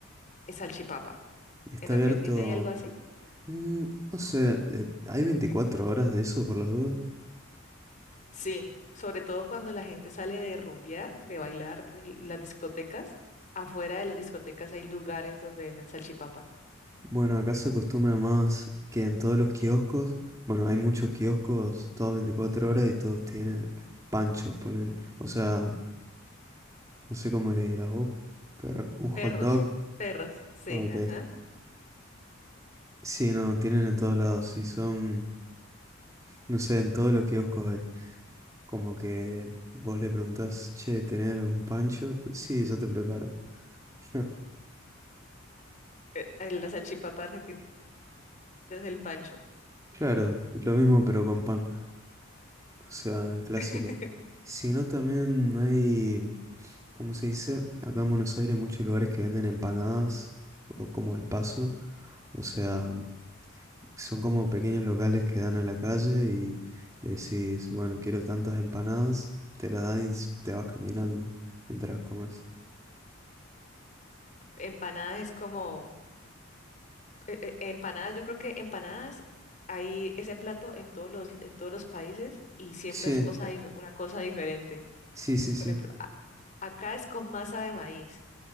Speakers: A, on the left; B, on the right.
A: es salchipapa.
B: ¿Y está
A: ¿En Argentina
B: abierto?
A: hay algo así?
B: Mm, no sé, eh, ¿hay 24 horas de eso por las dudas?
A: Sí, Sobre todo cuando la gente sale de rumbear, de bailar, de las discotecas. Afuera de las discotecas hay lugares donde venden salchipapa.
B: Bueno, acá se acostumbra más que en todos los kioscos. Bueno, hay muchos kioscos, todos 24 horas y todos tienen panchos, ponele. O sea, no sé cómo le dirás vos, pero un hot
A: Perros,
B: dog.
A: perros, sí,
B: Ok.
A: ajá.
B: Sí, no, tienen en todos lados. Y son, no sé, en todos los kioscos es como que vos le preguntás, che, ¿tenés un pancho? Sí, ya te preparo. <laughs>
A: Eh, eh, La salchipapa argentina es el pancho.
B: Claro, lo mismo pero con pan. O sea, el clásico.
A: <laughs>
B: sino también hay, ¿cómo se dice? Acá en Buenos Aires hay muchos lugares que venden empanadas, o como al paso. O sea, son como pequeños locales que dan a la calle y le decís, bueno, quiero tantas empanadas, te la dan y s- te vas caminando mientras comes.
A: Empanadas es como, eh, eh, empanadas, yo creo que empanadas hay ese plato en todos los, en todos los países y siempre
B: Sí,
A: es cosa, dif- una cosa diferente.
B: sí, sí, sí,
A: Por ejemplo, a- acá es con masa de maíz.